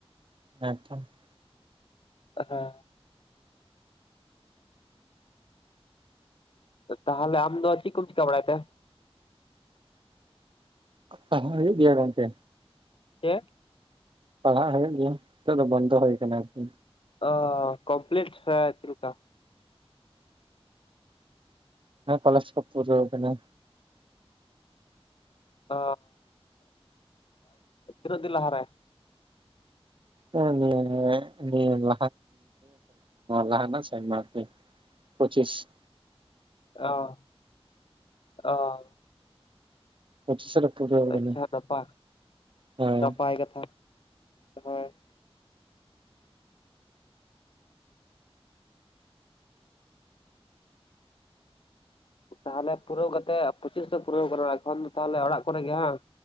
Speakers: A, on the right; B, on the left.
A: <unintelligible>
B: <unintelligible> ᱛᱟᱦᱞᱮ ᱟᱢ ᱫᱚ ᱪᱮᱫ ᱠᱚᱢ ᱪᱤᱠᱟᱹ ᱵᱟᱲᱟᱭ ᱮᱫ ᱛᱮ?
A: ᱞᱟᱲᱦᱟᱭ ᱦᱩᱭᱩ ᱜᱤᱭᱟ ᱜᱚᱝᱠᱮ᱾
B: ᱪᱮᱫ
A: ᱯᱟᱲᱦᱟᱜ ᱦᱩᱭᱩᱜ ᱜᱮᱭᱟ ᱱᱤᱛᱚᱜ ᱫᱚ ᱵᱚᱱᱫᱚ ᱦᱩᱭ ᱟᱠᱟᱱᱟ ᱟᱨᱠᱤ᱾
B: ᱚ ᱠᱚᱢᱯᱞᱤᱴ ᱥᱮ ᱪᱮᱫ ᱞᱮᱠᱟ?
A: ᱦᱮᱸ ᱠᱚᱞᱮᱡᱽ ᱠᱚ ᱯᱩᱨᱟᱹᱣ ᱟᱠᱟᱱᱟ᱾
B: ᱚ ᱛᱤᱱᱟᱹᱜ ᱫᱤᱱ ᱞᱟᱦᱟ ᱨᱮ?
A: ᱦᱮ ᱱᱤᱭᱟᱹ <unintelligible> ᱞᱟᱦᱟ ᱱᱟᱜ ᱥᱮᱨᱢᱟ ᱟᱨ ᱠᱤ ᱯᱚᱸᱪᱤᱥ
B: ᱚ ᱚ
A: ᱯᱚᱸᱪᱤᱥ ᱨᱮ ᱯᱩᱨᱟᱹᱣ ᱠᱟᱱᱟ᱾
B: ᱟᱪᱪᱷᱟ ᱱᱟᱯᱟᱭ
A: ᱦᱚᱭ
B: ᱱᱟᱯᱟᱭ ᱠᱟᱛᱷᱟ ᱦᱳᱭ ᱛᱟᱦᱞᱮ ᱯᱩᱨᱟᱹᱣ ᱠᱟᱛᱮ ᱯᱚᱸᱪᱤᱥ ᱫᱚ ᱯᱩᱨᱟᱹᱣ ᱠᱟᱱᱟ ᱮᱠᱷᱚᱱ ᱫᱚ ᱛᱟᱦᱞᱮ ᱚᱲᱟᱜ ᱠᱚᱨᱮ ᱜᱮ ᱵᱟᱝ